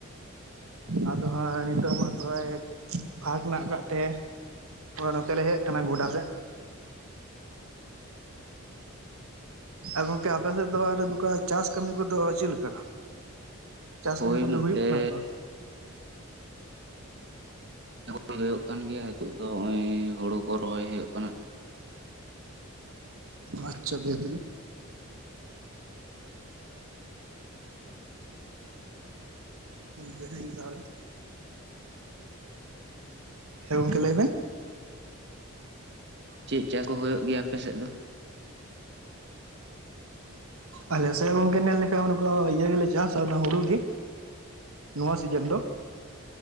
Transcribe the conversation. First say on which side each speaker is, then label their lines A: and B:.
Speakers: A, on the right; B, on the right.
A: ᱟᱫᱚ ᱦᱟᱸᱜ ᱱᱤᱛᱚᱜ ᱢᱟ ᱦᱟᱸᱜ ᱮ ᱯᱷᱟᱠ ᱱᱟᱜ ᱠᱟᱜ ᱛᱮ ᱱᱚᱛᱮ ᱞᱮ ᱦᱮᱡ ᱟᱠᱟᱱᱟ ᱜᱚᱰᱟ ᱥᱮᱫ᱾ ᱟᱨ ᱜᱚᱝᱠᱮ ᱟᱯᱮ ᱥᱮᱫ ᱫᱚ ᱟᱨ ᱱᱚᱝᱠᱟ ᱪᱟᱥ ᱠᱟᱹᱢᱤ ᱠᱚᱫᱚ ᱪᱮᱫ ᱞᱮᱠᱟ? ᱪᱟᱥ
B: ᱦᱳᱭ
A: ᱠᱟᱹᱢᱤ ᱠᱚᱫᱚ
B: ᱱᱚᱛᱮ
A: ᱦᱩᱭᱩᱜ ᱠᱟᱱᱟ ᱥᱮ ᱵᱟᱝ?
B: ᱦᱩᱭᱩᱜ ᱠᱟᱱ ᱜᱮᱭᱟ ᱱᱤᱛᱚᱜ ᱫᱚ ᱱᱚᱜᱼᱚᱭ ᱦᱳᱲᱳ ᱠᱚ ᱨᱚᱦᱚᱭ ᱦᱩᱭᱩᱜ ᱠᱟᱱᱟ᱾
A: ᱟᱪᱪᱷᱟ ᱵᱮᱥ ᱜᱮ ᱾ <inaudible> ᱵᱮᱥᱤ ᱜᱮ ᱛᱟᱦᱚᱞᱮ᱾ ᱦᱮᱸ ᱜᱚᱢᱠᱮ ᱞᱟᱹᱭ ᱵᱮᱱ?
B: ᱪᱮᱫ ᱪᱟᱥ ᱠᱚ ᱦᱩᱭᱩᱜ ᱜᱮᱭᱟ ᱟᱯᱮᱥᱮᱫ ᱫᱚ?
A: ᱟᱞᱮ ᱥᱮ ᱜᱚᱢᱠᱮ ᱧᱮᱞ ᱞᱮᱠᱷᱟᱱ ᱩᱱᱠᱩ ᱤᱭᱟᱹ ᱜᱮᱞᱮ ᱪᱟᱥᱟ ᱚᱱᱟ ᱦᱩᱲᱩ ᱜᱮ᱾ ᱱᱚᱣᱟ ᱥᱤᱡᱮᱱ ᱫᱚ᱾